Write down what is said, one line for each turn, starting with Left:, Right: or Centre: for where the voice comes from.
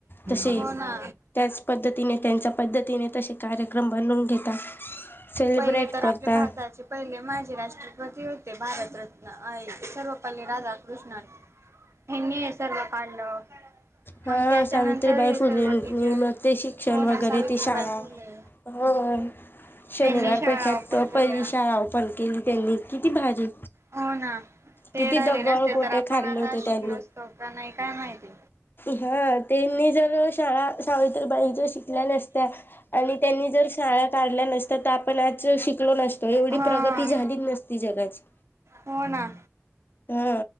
Left: तसे
Right: हो ना
Left: त्याच पद्धतीने त्यांच्या पद्धतीने तसे कार्यक्रम बनवून घेता सेलिब्रेट
Right: पहिले तर
Left: करता
Right: आपले भारताचे पहिले माझे राष्ट्रपती होते भारतरत्न अय सर्व पल्ली राधा कृष्णन हेनी सर्व काढलं मग
Left: हा
Right: त्याच्यानंतर
Left: सावित्रीबाई
Right: हे
Left: फुलेंनी
Right: सर्व टीचर
Left: मग ते शिक्षण
Right: हो ना
Left: वगैरे
Right: सावित्रीबाई
Left: ती शाळा
Right: फुले
Left: होय.
Right: यांनी
Left: शनिवार
Right: शाळा
Left: पेठत
Right: ओपन केल्या
Left: पहिली शाळा ओपन केली त्यांनी किती भारी.
Right: हो ना ते
Left: किती
Right: राहिले
Left: दगड
Right: नसते
Left: गोटे
Right: तर आपण
Left: खाल्ले
Right: आता
Left: होते त्यांनी
Right: शिकलो असतो का नाही काय माहिती.
Left: हा त्यांनी जर शाळा सावित्रीबाई जर शिकल्या नसत्या आणि त्यांनी जर शाळा काढल्या नसत्या तर आपण आज शिकलो नसतो एवढी
Right: हा
Left: प्रगती झालीचं नसती जगाची.
Right: हो ना.
Left: हा